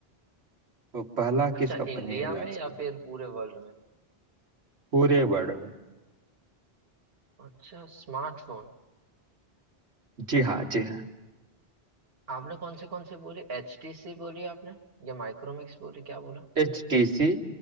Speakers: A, on the right; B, on the right.
A: तो पहला
B: अच्छा
A: किस कंपनी
B: इंडिया
A: ने लॉन्च
B: में या
A: किया
B: फिर पूरे वर्ल्ड में
A: पूरे वर्ल्ड में
B: अच्छा स्मार्टफोन
A: जी हाँ जी हाँ
B: आपने कौन से कौन से बोली एचटीसी बोली आपने या माइक्रोमैक्स बोली क्या बोला
A: H T C